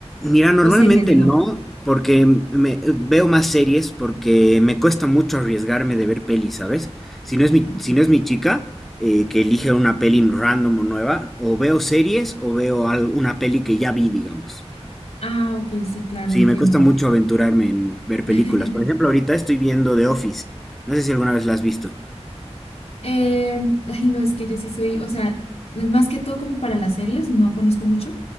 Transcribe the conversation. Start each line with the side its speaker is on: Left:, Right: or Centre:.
Centre: Mira, normalmente
Left: o series, digo.
Centre: no, porque me, veo más series, porque me cuesta mucho arriesgarme de ver pelis, ¿sabes? Si no es mi,
Left: Ok.
Centre: si no es mi chica, eh, que elige una peli random o nueva, o veo series o veo al- una peli que ya vi, digamos.
Left: Ah, ok, sí, claro,
Centre: Sí,
Left: entiendo.
Centre: me cuesta mucho aventurarme en ver
Left: <laughs>
Centre: películas. Por ejemplo, ahorita estoy viendo The Office. No sé si alguna vez la has visto.
Left: Em, ay, no, es que yo sí soy, o sea, más que todo como para las series, no conozco mucho